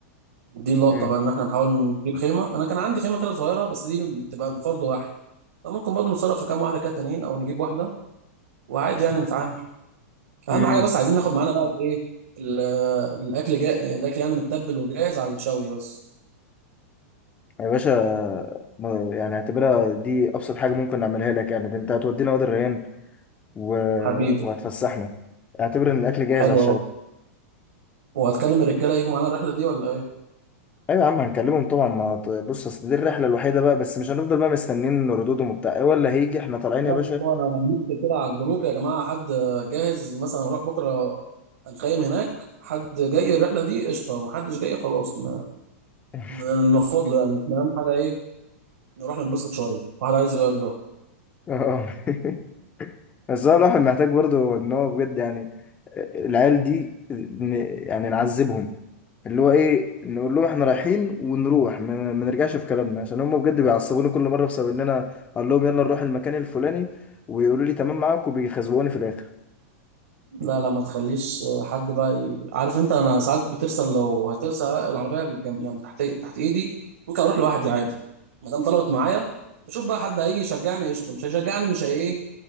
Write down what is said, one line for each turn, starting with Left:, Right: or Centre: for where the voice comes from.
Right: دي اللقطه
Left: امم
Right: بقى ان احنا نحاول نجيب خيمه انا كان عندي خيمه كده صغيره بس دي بتبقى لفرد واحد فممكن برضه نتصرف في كام واحده كده تانيين او نجيب واحده وعادي يعني نتعامل اهم
Left: امم
Right: حاجه بس عايزين ناخد معانا بقى ايه ال- الاكل جاء الاكل يعني متبل وجاهز على الشوي بس
Left: يا باشا ما- يعني اعتبرها دي ابسط حاجه ممكن نعملها لك يعني ده انت هتودينا وادي الريان و...
Right: حبيبي
Left: وهتفسحنا اعتبر ان الاكل جاهز
Right: حلو
Left: على الشوي
Right: اهو وهتكلم الرجاله يجوا معانا الرحله دي ولا ايه
Left: ايوه يا عم هنكلمهم طبعا ما ت- بص اصل دي الرحله الوحيده بقى بس مش هنفضل بقى مستنيين ردودهم وبتاع إيه ولا هيجي احنا طالعين
Right: لا
Left: يا باشا
Right: لا هو نكتب كده على الجروب يا جماعة حد جاهز مثلا نروح بكرة هنخيم هناك حد جاي الرحلة دي قشطة ما حدش جاي خلاص ن-
Left: اه
Right: ن- ننفض له يعني احنا أهم حاجة إيه نروح ننبسط شوية واحد عايز يغير جو
Left: <laughs> بس هو الواحد محتاج برضه ان هو بجد يعني العيال دي ن- يعني نعذبهم اللي هو ايه نقول لهم احنا رايحين ونروح ما ما نرجعش في كلامنا عشان هم بجد بيعصبوني كل مره بسبب ان انا اقول لهم يلا نروح المكان الفلاني ويقولوا لي تمام معاك وبيخزقوني في الاخر
Right: لا لا ما تخليش حد بقى ي... عارف أنت أنا ساعات بترسل لو هترسل العربية جم... يعني تحت تحت إيدي ممكن أروح لوحدي عادي ما دام طلبت معايا بشوف بقى حد هيجي يشجعني قشطة مش هيشجعني مش هي إيه